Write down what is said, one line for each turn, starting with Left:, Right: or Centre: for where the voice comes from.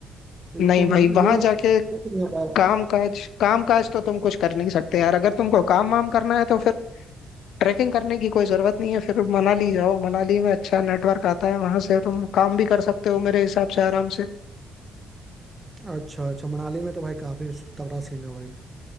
Right: हैं ये
Left: नहीं
Right: तो
Left: भाई वहां
Right: ये वाला
Left: जाके काम काज काम काज तो तुम कुछ कर नहीं सकते यार अगर तुमको काम वाम करना है तो फिर ट्रैकिंग करने की कोई जरूरत नहीं है फिर मनाली जाओ मनाली में अच्छा नेटवर्क आता है वहां से तुम काम भी कर सकते हो मेरे हिसाब से आराम से
Right: अच्छा अच्छा मनाली में तो भाई काफी तगड़ा सीन है भाई